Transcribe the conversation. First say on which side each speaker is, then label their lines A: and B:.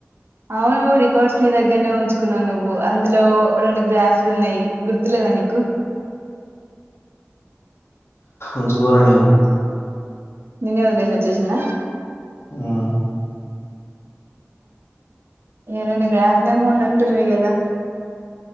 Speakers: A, on the right; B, on the left.
A: అవునూ రికార్డ్స్ నీ దగ్గరనే ఉంచుకున్నావు నువ్వు అందులో రెండు గ్రాఫ్స్ ఉన్నాయి గుర్తులేదా నీకు
B: ఉంచుకోరా నేను
A: నేనే వదిలేసి వచ్చేసిన్నా
B: ఆ
A: ఆ రెండు గ్రాఫ్లేమో ఉన్నట్టున్నాయి కదా